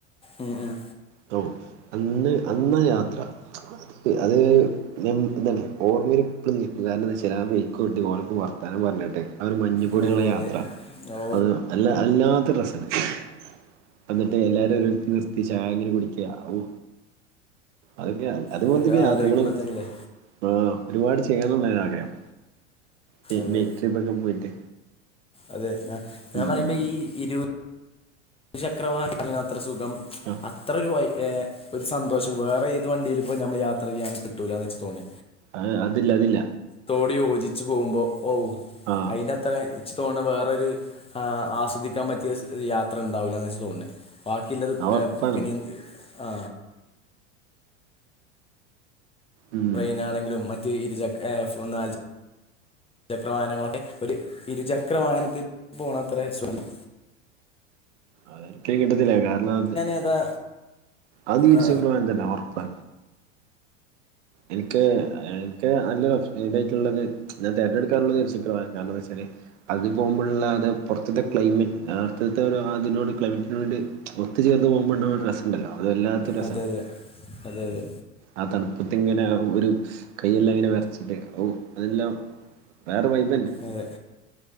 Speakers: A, on the left (about 15°); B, on the right (about 70°).
A: ഉം ഉം
B: ഠോ അന്ന് അന്നയാത്ര. അത്... മെം എന്താണ് ഓർമ്മയിൽ പ്പളും നിക്കും കാരണം എന്തയ്ച്ചാല് ആ ബയ്കോട്ടി ഓൻ്റെപ്പം വർത്താനം ഞ പറഞ്ഞിട്ടെ ആ ഒരു മഞ്ഞുകൂടിയുള്ള
A: ഓ അതെ
B: യാത്ര
A: ഓ
B: അത് അല്ല അല്ലാ.. <unintelligible> എന്നിട്ട് എല്ലാരും ഒരു <unintelligible> കുടിക്ക്യ ഔ.. അഒക്കെ അതുപോലത്തക്കെ
A: അതൊക്കെ ആലോചിക്കുമ്പോ
B: യാത്രകളും
A: തന്നെല്ലേ
B: ആ. ഒരുപാട് ചെയ്യണംന്ന ആഗ്രഹം ബേ
A: അതെ
B: ബേയ്ക്കിട്ത്തൊക്കെ പോയിട്ട്.
A: അതെ ഞ ഞാൻ
B: ഉം
A: പറയുമ്പോ ഈ ഇരു ഒരു ചക്ര <unintelligible> അത്ര സുഖം
B: ആ
A: അത്ര ഒരു വൈ ഏ.. ഒരു സന്തോഷം വേറെ ഏത് വണ്ടിയിൽ പോയി നമ്മൾ യാത്ര ചെയ്യന് കിട്ടൂലന്നാ ച്ച് തോണ്.
B: ആഹ അതില്ല അതില്ല
A: യോജിച്ചു പോകുമ്പോ ഔ..
B: ആ
A: അയി ൻ്റത്രേ. ച്ച് തോന്നണ് വേറൊര് ആ ആസ്വദിക്കാൻ പറ്റിയ സ് യാത്ര ണ്ടാവൂലാന്നാ ച്ച് തോന്നണ്. ബാക്കിയുള്ളത്
B: അത്
A: ഗ
B: ഒറപ്പാണ്
A: പിന്നെ. ആ
B: ഉം
A: ട്രയിനാണെങ്കിലും മറ്റ് ഇരുചക് ഏ... ഫുന്നാൽ. ചക്രവാഹനങ്ങളെ ഒരു ഇരുചക്രവാഹനത്തിൽ പോണത്രേ സുഖ. <inaudible>
B: അതൊരിക്കലും കിട്ടത്തില്ല കാരണം അത്
A: ഏതാ
B: അത് ഇരുച്ചക്രുവാൻ
A: ആ
B: തന്നെ ഒറപ്പാ. എനിക്ക് എനിക്ക് നല്ല ഇതായിട്ടുള്ളത് ഞാൻ ഇൻക്ക്.. ഇൻക്ക് ഇൻക്ക് നല്ലൊരു <unintelligible> ഞാൻ തെരഞ്ഞെട്കക്കാറുള്ളത് ഒരു ചിത്രമാ കാരണത്തയ്ച്ചാല്. അത് പോകുമ്പോള്ള അത് പുറത്തത്തെ ക്ലൈമറ്റ് ലാസ്റ്റി ത്തൊരു ആതിനോടു ക്ലൈമറ്റിനു വേണ്ടി. ഒത്തു ചേർന്ന് പോകുമ്പോണ്ടവ് രസംണ്ടല്ലോ അത്‌ വല്ലാത്ത രസണ്
A: അതെ അതെ അതെ അതെ
B: ആ തണു.. ആഒരു കയെല്ലാം ങ്ങനെ വറച്ചിട്ട് ഔ അതെല്ലാം വേറെ വൈബന്നെ,
A: അതെ